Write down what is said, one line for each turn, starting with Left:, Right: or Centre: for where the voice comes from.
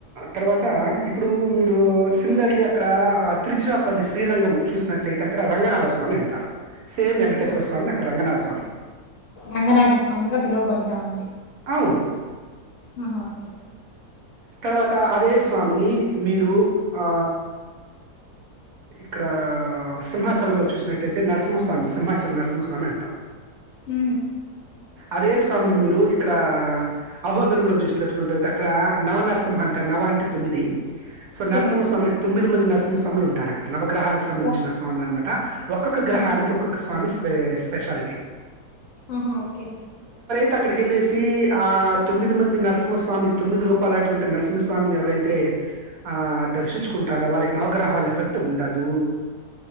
Right: తర్వాత ఇప్పుడు మీరు సిమిలర్లీ అక్కడ తీరాచరపల్లి శ్రీరంగం చూసినట్లయితే అక్కడ రంగనాథ స్వా స్వామి అంటారు సేమ్ వెంకటేశ్వర
Left: ఆ
Right: స్వామి నీ అక్కడ రంగనాథ స్వామి
Left: రంగనాథ స్వామిగా పిలువబడుతా ఉంది
Right: అవును
Left: ఆహ ఒకే
Right: తర్వాత అదే స్వామిని మీరు ఆ ఇక్కడా సింహాచలంలో చూస్తునటైతే నరసింహస్వామి సింహాచలం నరసింహస్వామి అంటాం
Left: మ్
Right: అదే స్వామిని మీరు ఇక్కడ అహోబిలం లో చూసినట్టుకుంటైతే అక్కడ నవనర్సింహా అంట నవ అంటే తొమ్మిది సొ నరసింహస్వామి
Left: తొమ్మిది
Right: అంటే తొమ్మిది మంది నరసింహస్వాములు ఉంటారు అక్కడ నవగ్రహాలకు సంబంధించిన
Left: ఒక్-
Right: స్వాములు అనమాట ఒక్కొక్క గ్రహానికి
Left: ఆహా
Right: ఒక్కొక్క స్వామి స్పె స్పెషాలిటి
Left: ఆహా ఓకే
Right: త్ అక్కడికెళ్ళేసి ఆ తొమ్మిది మంది నరసింహస్వామి తొమ్మిది రూపాలటువంటి నరసింహస్వామిని ఎవరైతే ఆ దర్శించుకుంటారో వాళ్ళకి నవగ్రహాలు ఎఫెక్ట్ ఉండదూ